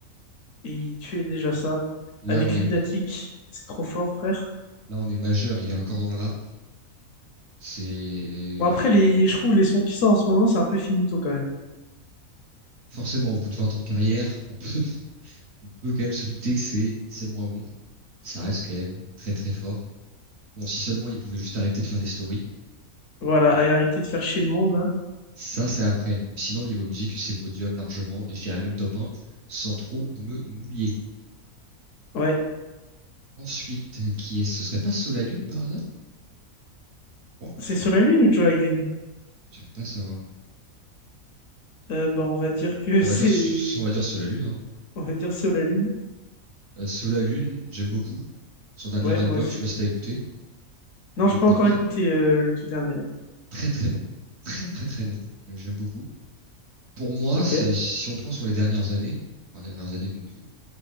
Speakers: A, on the left; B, on the right.
A: et il tuait déjà ça.
B: Là,
A: Avec
B: on est,
A: Lunatic,
B: là,
A: c'est trop fort, frère.
B: on est majeur, il est encore dans le rap. C'est,
A: Bon, après, les, je trouve les sons qui sortent en ce moment, c'est un peu finito quand même.
B: forcément, au bout de 20 ans de carrière, on peut, on peut quand même se douter que c'est, c'est moins bon. Ça reste quand même très très fort. Bon, si seulement ils pouvaient juste arrêter de faire des stories.
A: Voilà, et arrêtez de faire chier le monde, là.
B: Ça, c'est après. Mais sinon, niveau musique, c'est podium largement, et je dirais même top un, sans trop me mouiller.
A: Ouais.
B: Ensuite, qui est-ce? Ce serait pas Solalune par hasard? Je crois. hein.
A: C'est Solalune Lune ou Joe Green?
B: J'arrive pas à savoir.
A: Euh, bah, on va dire que
B: On
A: <laughs> c'est.
B: va dire, on va dire Solalune, hein.
A: On va dire Solalune. Lune.
B: Euh, Solalune, j'aime beaucoup. Son dernier
A: Ouais,
B: album,
A: moi aussi.
B: je sais pas si t'as écouté,
A: Non,
B: nouveau
A: j'ai
B: produit,
A: pas encore écouté euh, le tout dernier, là.
B: très très bon. Très très très bon. Euh, J'aime beaucoup. Pour moi,
A: Ok.
B: c'est- si on prend sur les dernières années, enfin, les dernières années, donc euh,